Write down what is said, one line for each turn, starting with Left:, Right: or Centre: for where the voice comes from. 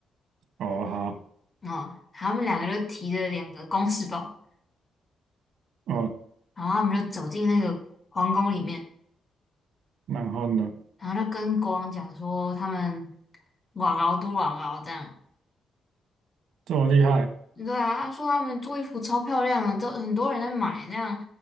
Right: 哦，好。
Left: 哦，他们两个就提着两个公事包。
Right: 哦，
Left: 然后他们就走进那个皇宫里面，
Right: 然后呢？
Left: 然后就跟国王讲说他们瓦高都瓦高这样。
Right: 这么厉害，
Left: 对啊，他说他们做衣服超漂亮的，都很多人在买这样。